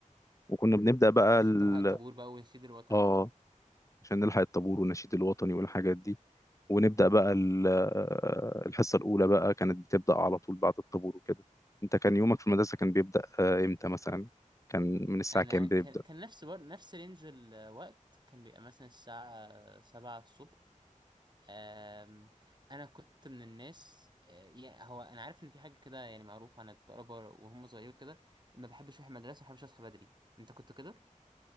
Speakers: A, on the left; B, on the right.
A: وكنا بنبدا بقى
B: عشان
A: ال...
B: تلحق الطابور بقى ونشيد الوطني
A: اه
B: و...
A: عشان نلحق الطابور والنشيد الوطني والحاجات دي ونبدا بقى ال... آه، الحصه الاولى بقى كانت بتبدا على طول بعد الطابور وكده انت كان يومك في المدرسه كان بيبدا آه، امتى مثلا كان من الساعه
B: انا
A: كام بيبدا
B: كان كان نفس بر... نفس رينج الوقت كان بيبقى مثلا الساعة سبعة الصبح أم... انا كنت من الناس أه، يعني هو انا عارف ان في حاجة كده يعني معروفة عن الطلبة وهم صغيرين كده ما بحبش اروح المدرسة ما بحبش اصحى بدري انت كنت كده